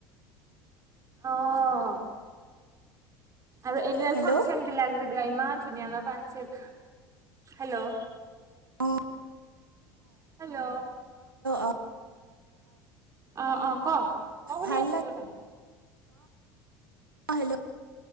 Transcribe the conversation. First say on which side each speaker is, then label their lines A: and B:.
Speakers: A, on the right; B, on the right.
A: অ' আৰু এনুৱেল
B: হেল্ল'
A: ফাংচন বিলাক যে বিলাক ইমান ধুনীয়াকে পাতছিল, হেল্ল'।
B: অ'।
A: হেল্ল',
B: অঁ
A: অ', অ'। ক'। মই শুনি
B: ভাল
A: আছোঁ, দেউতা।
B: অ', হেল্ল'।